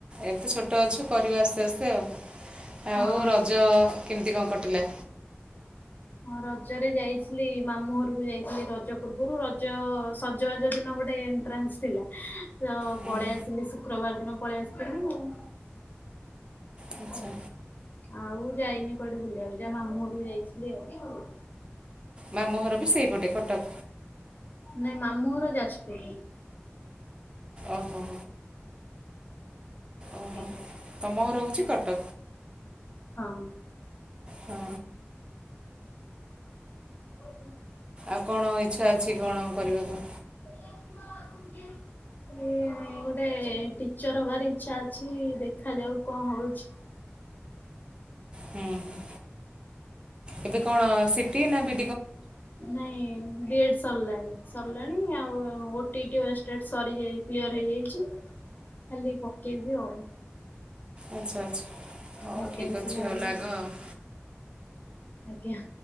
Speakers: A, on the right (about 25°); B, on the left (about 45°).
A: ଏବେ ଛୋଟ ଅଛୁ କରିବୁ ଆସ୍ତେ ଆସ୍ତେ ଆଉ।
B: ହଁ।
A: ଆଉ ରଜ କେମିତି କଣ କଟିଲା?
B: ହଁ ରଜରେ ଯାଇଥିଲି ମାମୁ ଘରକୁ ଯାଇଥିଲି ରଜ ପୂର୍ବରୁ ରଜ ସଜବାଜ ଦିନ ଗୋଟେ ଏଣ୍ଟ୍ରାନସ୍ ଥିଲା ତ
A: ହୁଁ
B: ପଳେଇ ଆସିଲି ଶୁକ୍ରବାର ଦିନ ପଳେଇ ଆସିଥିଲି ଆଉ।
A: ଆଚ୍ଛା
B: <inaudible> ଆଉ ଯାଇନି କୁଆଡେ ବୁଲିବାକୁୁ ଯା ମାମୁଁ ଘରୁକୁ ଯାଇଥିଲି ଆଉ।
A: ମାମୁ ଘର ବି ସେଇପଟେ କଟକ।
B: ନାଇଁ ମାମୁଘର ଯାଜପୁରରେ।
A: ଓହୋ।
B: <inaudible>
A: ଓହୋ। ତମ ଘର ହେଉଛି କଟକ
B: ହଁ।
A: ହଁ।
B: <unintelligible>
A: ଆଉ କଣ ଇଚ୍ଛା ଅଛି କଣ କରିବାକୁ?
B: <unintelligible> ଗୋଟେ ଏ ଟିଚର ହବାର ଇଛା ଅଛି ଦେଖାଯାଉ ଙ୍କ ହଉଚି।
A: ହୁଁ। ଏବେ କଣ ସିଟି ନା ବି
B: ନାଇଁ <unintelligible> ସରଲାଣି ସରଲାଣି ଆଉ ଓଟିଟି ୱଷ୍ଟେଡ ସରିଯା କ୍ଲିୟର ହେଇଯାଇଚି। ଖାଲି ପକେଇବି ଆଉ।
A: ଆଛା ଆଛା ହଉ
B: ଭେକେନ୍ସି
A: ଠିକ ଅଛି
B: ବାହାରିଲେ
A: ଆଉ ଲାଗ ଆଉ।
B: ଆଜ୍ଞା।